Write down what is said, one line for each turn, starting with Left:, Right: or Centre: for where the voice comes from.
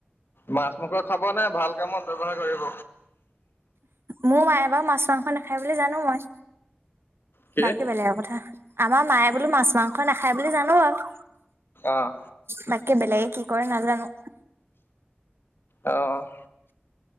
Left: মাছ-মাংস খাব নে ভাল কামত ব্যবহাৰ কৰিব?
Right: মোৰ মায়ে বাৰু মাছ-মাংস নাখায় বুলি জানোঁ মই।
Left: কি
Right: বাকী বেলেগৰ কথা- আমাৰ মায়ে বোলোঁ, মাছ-মাংস নাখায় বুলি জানোঁ আৰু।
Left: অহ।
Right: বাকী বেলেগে কি কৰে নাজানো
Left: অ'